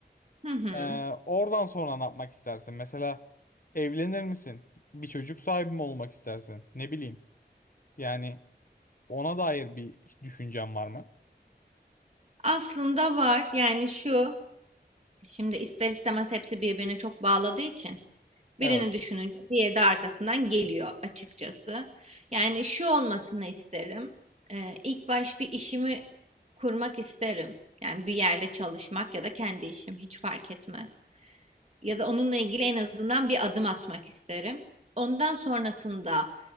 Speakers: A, on the right (about 40°); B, on the left (about 50°).
A: Hı hı.
B: Ee, oradan sonra ne yapmak istersin? Mesela evlenir misin? Bir çocuk sahibi mi olmak istersin? Ne bileyim. Yani ona dair bir düşüncen var mı?
A: Aslında var yani şu şimdi ister istemez hepsi birbirine çok bağladığı için birini
B: Evet.
A: düşününce diğeri de arkasından geliyor açıkçası. Yani şu olmasını isterim. Ee, ilk baş bir işimi kurmak isterim. Yani bir yerde çalışmak ya da kendi işim hiç fark etmez. Ya da onunla ilgili en azından bir adım atmak isterim. Ondan sonrasında